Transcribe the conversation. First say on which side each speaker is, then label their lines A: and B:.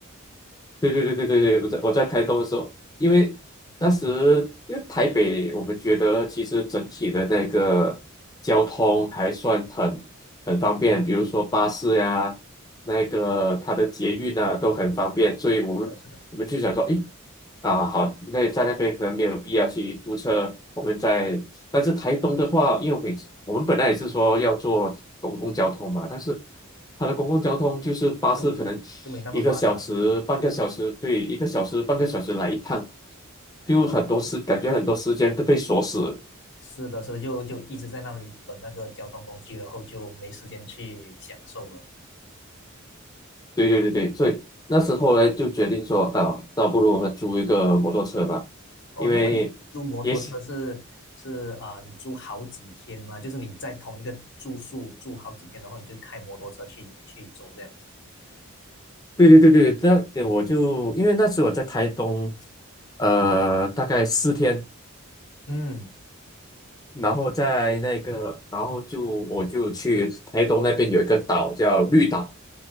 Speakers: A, on the left; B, on the left.
A: 对对对对对对，我在我在台东的时候，因为当时因为台北，我们觉得其实整体的那个交通还算很很方便，比如说巴士呀、那个它的捷运啊都很方便，所以我们我们就想说，
B: 呃是的，
A: 诶，啊好，那在那边可能没有必要去租车，我们在但是台东的话，因为我每次我们本来也是说要做公共交通嘛，但是它的公共交通就是巴士，
B: 就就就没那么发达了。
A: 可能一个小时、半个小时，对，一个小时、半个小时来一趟，就很多时感觉很多时间都被锁死了。
B: 哦，是的，所以就就一直在那里等那个交通工具，然后就没时间去享受了。
A: 对对对对，所以那时候呢就决定说啊，倒不如我们租一个摩托车吧，
B: 哦，
A: 因为也想，
B: 那么你租摩托车是是啊、呃你租好几天吗？就是你在同一个住宿住好几天，然后你就开摩托车去去走这样子。
A: 对对对对，那呃我就因为那时我在台东，呃，大概四天。
B: 嗯，
A: 然后在那个，然后就我就去台东那边有一个岛叫绿岛，